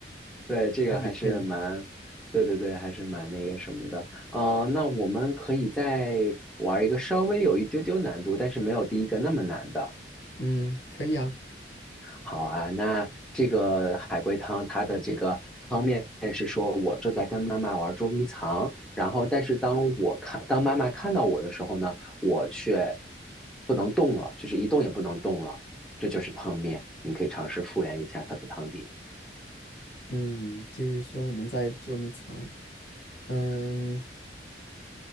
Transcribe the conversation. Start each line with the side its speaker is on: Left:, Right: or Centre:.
Centre: 对，这个还是蛮，
Left: 可以可以，
Centre: 对对对，还是蛮那个什么的。呃，那我们可以再玩一个稍微有一丢丢难度，但是没有第一个那么难的。
Left: 嗯，可以啊，
Centre: 好啊，那这个海龟汤它的这个汤面是说，我正在跟妈妈玩捉迷藏，然后但是当我看，当妈妈看到我的时候呢，我却不能动了，就是一动也不能动了，这就是汤面。你可以尝试复原一下它的汤底，
Left: 嗯，就是说我们在捉迷藏。嗯，